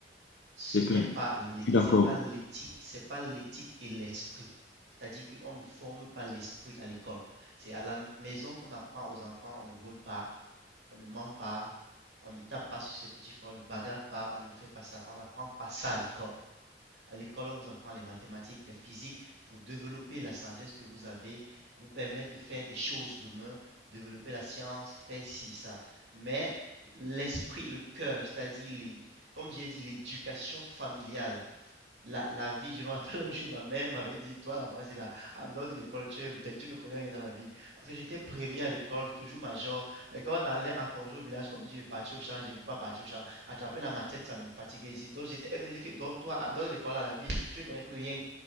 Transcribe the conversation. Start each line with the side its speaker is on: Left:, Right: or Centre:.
Right: Ce
Left: C'est
Right: n'est
Left: clair.
Right: pas
Left: Je suis d'accord.
Right: pas l'éthique, c'est pas l'éthique et l'esprit. C'est-à-dire qu'on ne forme pas l'esprit à l'école. C'est à la maison qu'on apprend aux enfants, on ne vole pas, on ne ment pas, on ne tape pas sur ses petits frères, on ne bagarre pas, on ne fait pas ça, on n'apprend pas ça à l'école. À l'école, on vous apprend les mathématiques, les physiques pour développer la sagesse que vous avez, vous permet de faire des choses demain, développer la science, faire ci, ça. Mais l'esprit, le cœur, c'est-à-dire, comme j'ai dit, l'éducation familiale, la, la vie, je me rappelle un jour, ma mère m'avait dit, toi, la phrase, là, en dehors de l'école, tu, es bête, tu ne connais rien dans la vie. Parce que j'étais premier à l'école, toujours major. Mais quand on allait en congé au village, comme je dis, je vais partir au champ, je ne veux pas partir au champ. Attraper la machette, ça me fatiguait. Donc, j'étais, elle me dit que, donc, toi, en dehors de l'école, à la vie, tu ne connais plus rien.